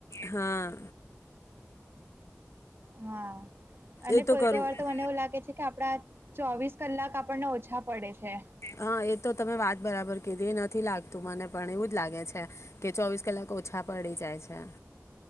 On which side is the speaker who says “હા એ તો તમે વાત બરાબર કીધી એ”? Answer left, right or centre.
Left